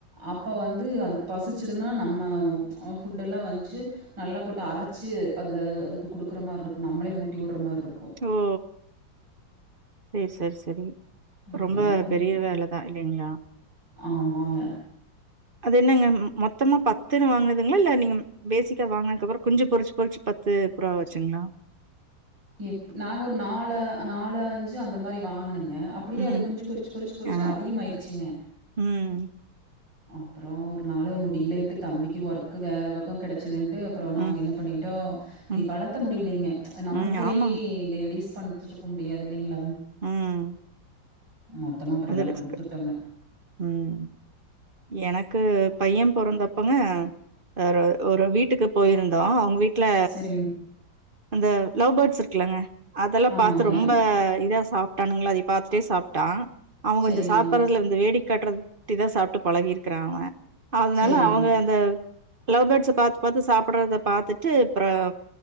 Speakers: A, on the right; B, on the right.
A: அப்போ வந்து அதுக்கு பசிச்சதுன்னா நம்ம ஃபுட்டெல்லாம் வந்ச்சு நல்லா போட்டு அரச்சி அதுல அதுக்கு குடுக்குற மார்ருக்கும் நம்ளே ஊட்டி வுட்ற மாரி இருக்கும்
B: ஓ செரி செரி செரி
A: அப்படிலாம்
B: ரொம்ப
A: பண்ணிரும்
B: பெரிய வேல தான் இல்லைங்களா
A: ஆமாங்க
B: அது என்னங்க மொத்தமா பத்துன்னு வாங்கினதுங்களா இல்ல நீங்க பேசிக்கா வாங்கனதுக்கப்புறம் குஞ்சு பொறிச்சு பொறிச்சு பத்து புறாவாச்சுங்களா
A: எப் நாங்க ஒரு நாலு நாலு அஞ்சு அந்த மாரி வாங்கனுங்க அப்டியே
B: ம்.
A: அது குஞ்சி பொறிச்சு பொறிச்சு பொறிச்சு
B: ஆ.
A: அதிகமாயிருச்சுங்க
B: ம்,
A: அப்புறோம் ஒரு நாள் முடியலன்ட்டு தம்பிக்கு ஒர்க் வேற பக்கம் கெடச்சதுன் வந்து அப்புறோம் நாங்க
B: ம்,
A: என்ன பண்ணிட்டோம்
B: ம்,
A: இ வளத்த முடியிலிங்க ச்சி நம்ம
B: ம்.
A: ஹே
B: ஆமாங்க.
A: லேடிஸ் பண்துருக்கும் முடியாது இல்லிங்களா
B: உம்
A: மொத்தமா அப்புறம்
B: அது
A: எல்லாம்
B: ரிஸ்கு
A: குடுத்துட்டோங்க.
B: உம் எனக்கு பையன் பொறந்தப்பங்க ஒரு ஒரு வீட்டுக்கு போயிருந்தோம் அவுங்க வீட்ல
A: சரிங்க.
B: அந்த லவ் பேர்ட்ஸ் இருக்குங்கல்லா அதெல்லாம்
A: ஆமாங்க.
B: பார்த்து ரொம்ப இதா சாப்ப பனுங்களா அத பாத்துட்டே சாப்ட்டான் அவகொஞ்சம்
A: சரிங்க,
B: சாப்டடுறதுல வந்து வேடிக் காட்டுறட்டி தான் சாப்ட்டு பழகிருக்கிறா அவன் அதனால
A: சரிங்க,
B: அவங்க அந்த லவ் பேர்ட்ஸ் அ பாத்து பாத்து சாப்பிடுறத பாார்த்துட்டு அப்புறம்